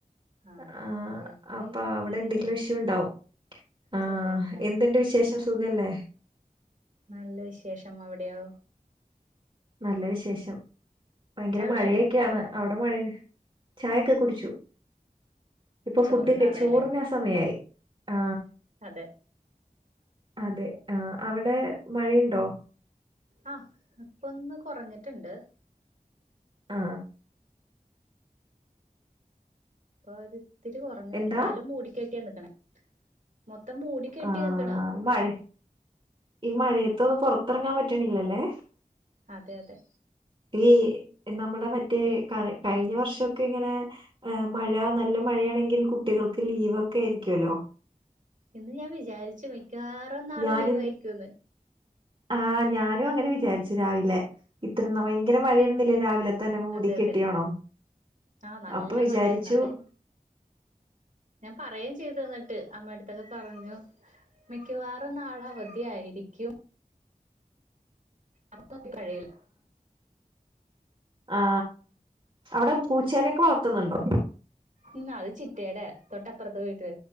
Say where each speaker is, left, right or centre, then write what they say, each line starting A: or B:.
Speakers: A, on the right; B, on the right.
A: ആഹ്
B: ആ
A: വൈഫൈ
B: അപ്പൊ അവിടെ
A: അധികല്ല
B: എന്തെങ്കിലും വിഷയംണ്ടാവും ആ
A: ചെറുതായിട്ടുണ്ടാവും
B: എന്തുണ്ട് വിശേഷം സുഖല്ലേ
A: നല്ല വിശേഷം അവിടെയോ
B: നല്ല വിശേഷം ഭയങ്കര
A: ചായ കുടിച്ചോ
B: മഴയൊക്കെയാന്ന് അവിടെ മഴ ചായൊക്കെ കുടിച്ചു ഇപ്പൊ
A: ചോറുണ്ണാറായില്ലേ
B: ഫുഡ് ചോറിനാൻ സമയായി ആ
A: അതെ
B: അതെ ആ അവിടെ മഴയുണ്ടോ?
A: ആ, ഇപ്പ ഒന്ന് കുറഞ്ഞിട്ടുണ്ട്
B: ആ
A: <unintelligible> ഇത്തിരി കുറഞ്ഞു
B: എന്താ
A: എന്നാലും മൂടി കെട്ടിയാ നിക്കണേ മൊത്തം മൂടി കെട്ടി
B: ആ
A: നിക്കണാ
B: മഴ ഈ മഴയത്തൊന്ന് പൊറത്തിറങ്ങാ ൻ പറ്റണില്ലല്ലേ
A: അതെ അതെ
B: ഈ നമ്മുടെ മറ്റേ കഴിഞ്ഞ വർഷമൊക്കെ ഇങ്ങനെ മഴ നല്ല മഴയാണെങ്കിൽ കുട്ടികൾക്ക് ലീവൊക്കെ ആയിരിക്കുല്ലോ
A: ഇന്ന് ഞാൻ വിചാരിച്ചു മിക്കവാറും നാളെ
B: ഞാൻ
A: ലീവ് അയിരിക്കൂന്ന്
B: ആ ഞാനും അങ്ങനെ വിചാരിച്ചു രാവിലെ ഇത്ര ഭയങ്കര മഴയരുന്നില്ലേ രാവിലെ തന്നെ മൂടി
A: അതെ
B: കെട്ടിയോണം
A: അതെ ആഹ നല്ല
B: അപ്പൊ വിചാരിച്ചു
A: മഴയായിരുന്നു അപ്പൊ ഞാൻ പറയായും ചെയ്തുന്നിട്ട പെട്ടന്ന് അമ്മടുത്തൊക്കെ പറഞ്ഞു മിക്കവാറും നാളെ അവധിയ ആയിരിക്കും അ <inaudible> കഴിയും
B: ആ അവിടെ പൂച്ചേനൊക്കെ വളർത്തുന്നുണ്ടോ?
A: ഉ അത് ചിറ്റേടെ തൊട്ടപ്പുറത്ത് പോയിട്ട്